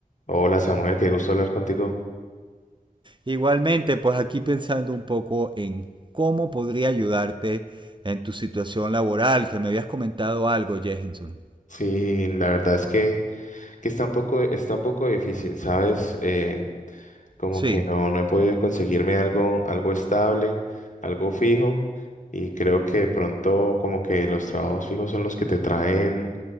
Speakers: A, on the left; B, on the right.
A: Hola Samuel, qué gusto hablar contigo.
B: Igualmente, pues aquí pensando un poco en cómo podría ayudarte en tu situación laboral, que me habías comentado algo, Jehinson.
A: Sí, la verdad es que, que está un poco, está un poco difícil, ¿sabes? Eh, como
B: Sí,
A: que no, no he podido conseguirme algo, algo estable, algo fijo, y creo que de pronto como que los trabajos fijos son los que te traen